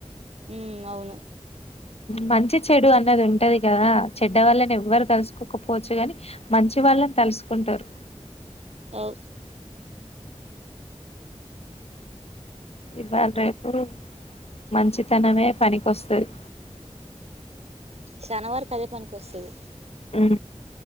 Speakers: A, on the right (about 65°); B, on the left (about 60°).
A: ఉ అవును
B: మంచి చెడు అన్నది ఉంటది కదా చెడ్డ వల్లని ఎవ్వరు తలుసుకోకపోవచ్చు కాని మంచి వాళ్ళని తలుసుకుంటారు
A: అవు
B: ఇవాళ రేపు మంచితనమే పనికొస్తది
A: శానవరుకి అదే పనికొస్తుది
B: ఉ